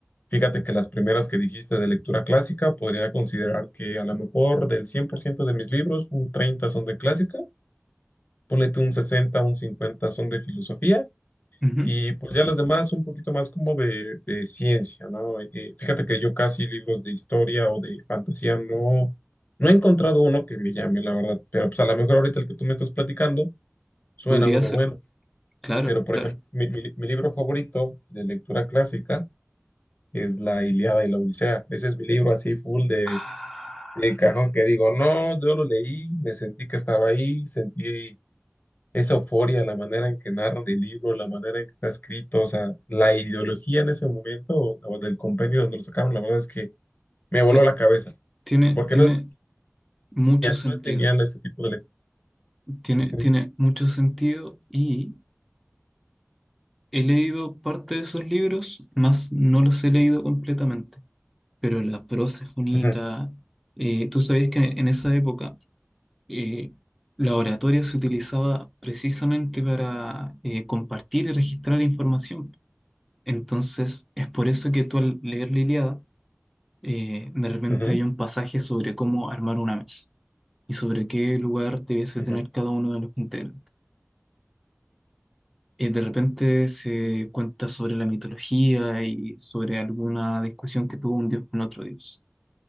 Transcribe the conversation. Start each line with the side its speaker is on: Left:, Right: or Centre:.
Left: fíjate que las primeras que dijiste de lectura clásica, podría considerar que a lo mejor del 100% de mis libros, un 30 son de clásica, ponle tú un 60, un 50 son de filosofía
Centre: Ujú,
Left: y pues ya los demás un poquito más como de, de ciencia, ¿no? Eh, fíjate que yo casi libros de historia o de fantasía no, no he encontrado uno que me llame, la verdad. Pero pues a lo mejor ahorita el que tú me estás platicando suena
Centre: Podría
Left: uno
Centre: ser,
Left: bueno.
Centre: claro,
Left: Pero por
Centre: claro.
Left: ejemplo, mi, mi- mi libro favorito de lectura clásica es La Ilíada y la Odisea. Ese es mi libro así full de,
Centre: Ah,
Left: de cajón que digo, no, yo lo leí, me sentí que estaba ahí, sentí esa euforia, la manera en que narran el libro, la manera en que está escrito, o sea, la ideología en ese momento o, o del compendio donde lo sacaron, la verdad es que me voló
Centre: ti-
Left: la cabeza,
Centre: tiene,
Left: porque
Centre: tiene
Left: no es
Centre: mucho
Left: lineal,
Centre: sentido,
Left: no es lineal ese tipo de lectura.
Centre: tiene,
Left: Ujú,
Centre: tiene mucho sentido y... He leído parte de esos libros, más no los he leído completamente, pero la prosa es bonita.
Left: ujú,
Centre: Eh, tú sabes que en esa época eh, la oratoria se utilizaba precisamente para eh, compartir y registrar información. Entonces, es por eso que tú al leer la Ilíada, eh, de repente
Left: ujú,
Centre: hay un pasaje sobre cómo armar una mesa y sobre qué lugar debiese
Left: ujú,
Centre: tener cada uno de los integrantes. eh, de repente se cuenta sobre la mitología y sobre alguna discusión que tuvo un dios con otro dios.